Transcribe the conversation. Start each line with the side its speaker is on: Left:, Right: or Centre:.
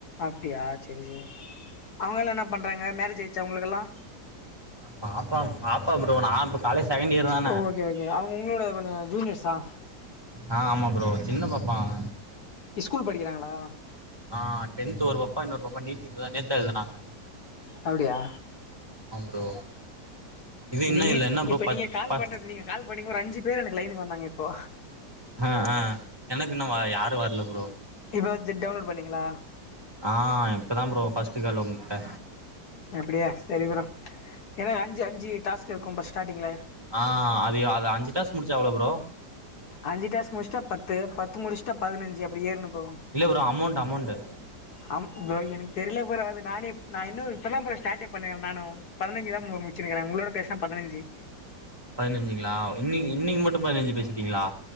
Left: அப்டியா சரி சரி அவங்கல்லா என்ன பண்றாங்க மேரேஜ் ஆயிருச்சா அவங்களுக்கெல்லா
Right: பாப்பா பாப்பா ப்ரோ நா இப்ப காலேஜ் செகண்ட் இயர் தான
Left: ஓ ஓகே ஓகே அவங்க உங்களோட கொஞ்ச ஜூனியர்ஸா
Right: ஆ ஆமா ப்ரோ சின்ன பாப்பாங்க
Left: ஸ்கூல் படிக்கிறாங்களா
Right: ஆ டென்த் ஒரு பாப்பா இன்னொரு பாப்பா நீட்டு இப்ப தா நேத்தா எழுதுனாங்க
Left: அப்டியா
Right: ஆ ப்ரோ இது இன்னும்
Left: நீ
Right: இல்ல என்ன ப்ரோ
Left: இப்ப
Right: பத்
Left: நீங்க கால்
Right: பத்
Left: பண்றது நீங்க கால் பண்ணிங்க ஒரு அஞ்சு பேர் எனக்கு லைனுக்கு வந்தாங்க இப்போ
Right: ஆ ஆ எனக்கு இன்னும் வ யாரும் வரல ப்ரோ
Left: இப்ப தா ஜட் டவுன்லோட் பண்ணிங்களா
Right: ஆ இப்பதா ப்ரோ ஃபர்ஸ்டு கால் உங்கிட்ட
Left: அப்டியா சரி ப்ரோ என அஞ்சு அஞ்சு டாஸ்க் இருக்கும் ப்ரோ ஸ்டார்ட்டிங்ல
Right: ஆ அது அது அஞ்சு டாஸ்க் முடிச்சா எவ்ளோ ப்ரோ
Left: அஞ்சு டாஸ்க் முடிச்சுட்டா பத்து பத்து முடிச்சுட்டா பதினஞ்சு அப்டி ஏற்னும் ப்ரோ
Right: இல்ல ப்ரோ அமௌண்ட்டு அமௌண்ட்டு
Left: ஆமா ப்ரோ எனக்கு தெரில ப்ரோ அது நானே இ நா இன்னும் இப்ப தா ப்ரோ ஸ்டார்டே பண்ணே நானும் பதினஞ்சு தா ப்ரோ முச்சுருக்கேன் உங்களோட பேசனா பதினஞ்சு
Right: பதினஞ்சுங்களா இன்னைக்கு இன்னைக்கு மட்டும் பதினஞ்சு பேசிட்டீங்களா